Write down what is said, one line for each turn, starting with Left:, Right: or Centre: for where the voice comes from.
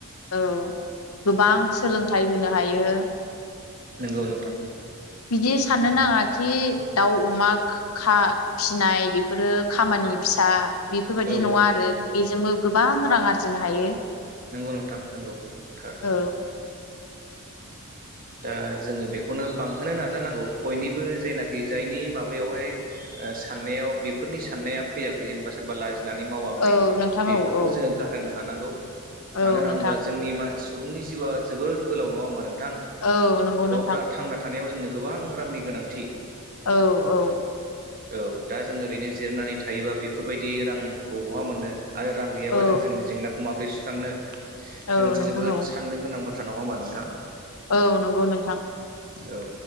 Left: औ गोबां सोलोंथाइ होनो हायो, हायो,
Right: नोंगौ नोंथां,
Left: बिदि साननो नांङा खि दाउ अमा खा फिसिनाय बि बेफोरो खामानि फिसा बेफोरबायदि
Right: औ
Left: नंङा आरो
Right: नोंथां
Left: बेजोंबो गोबां रां आरजिनो हायो,
Right: नंगौ नोंथां नंगौ थार,
Left: औ
Right: दा जोंङो बेखौनो बांहोनो नाजानांगौ बयनिबो जेनाखि जायनि माबायावहाय साननायाव बेफोरनि साननाया फैयाखै जेनेबा सोरबा लाजि लाजिनानै मावाखै
Left: औ नोंथां
Right: बेफोरखौ
Left: औ औ
Right: जोंङो गार मोनो हानांगौ
Left: औ
Right: मानो होनना
Left: नोंथां
Right: बुंब्ला जोंनि मानसि सुबुंनि जिउआ जोबोद गोलाव नंङा होमबा नोंथां
Left: औ नंगौ
Right: बेयाव
Left: नोंथां
Right: दा थांना थानायाव जोंनो, गोबां रांनि गोनांथि
Left: औ औ
Right: औ दा जों ओरैनो जिरानानै थायोबा बेफोरबायदि रांखौ बहा मोननो। आरो रां गैयाबा
Left: औ
Right: जों जोंनि जेंनाखौ माबोरै सुस्रांनो
Left: औ
Right: बे मोनसे
Left: नोंथां
Right: जोबोद
Left: औ
Right: साननो गोनां बाथ् नंङा होनबा नोंथां?
Left: औ नंगौ नोंथां।
Right: औ